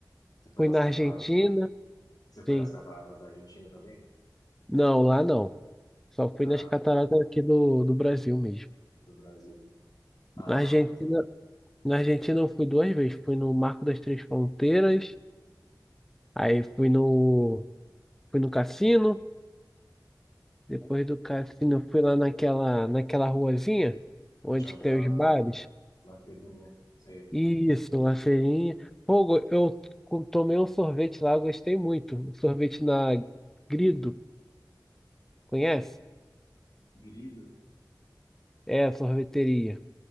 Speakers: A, on the left; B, in the centre.
A: Você foi
B: Fui
A: nas
B: na
A: cataratas.
B: Argentina,
A: foi? Você foi
B: sim.
A: nas cataratas da Argentina também?
B: Não, lá não. Só fui
A: Ah,
B: nas cataratas aqui do, do Brasil mesmo.
A: do Brasil. Ah,
B: Na Argentina,
A: t-
B: na Argentina eu fui duas vezes. Fui no Marco das Três Fronteiras, aí fui no, fui no cassino. Depois do cassino, eu fui lá naquela, naquela ruazinha onde
A: jantar
B: que tem os
A: lá
B: bares.
A: no- na feirinha. Sei.
B: Isso, uma feirinha. Pô, go- eu co- tomei um sorvete lá, eu gostei muito. Um Sorvete na Grido, conhece?
A: Grido.
B: É, sorveteria.